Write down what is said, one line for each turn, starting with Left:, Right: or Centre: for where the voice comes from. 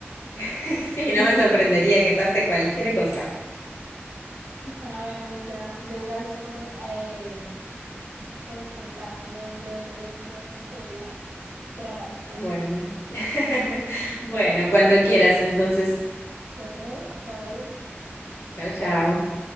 Left: <laughs> Sí, no
Right: <laughs>
Left: me sorprendería que pase cualquier cosa. mira.
Right: Ah, bueno, amiga, muchas gracias por, eh, em, por contarme bien de dónde viene toda esta historia dramática.
Left: Bueno, <laughs>
Right: <laughs>
Left: bueno, cuando quieras, entonces.
Right: Bueno, chao.
Left: Chao, chao.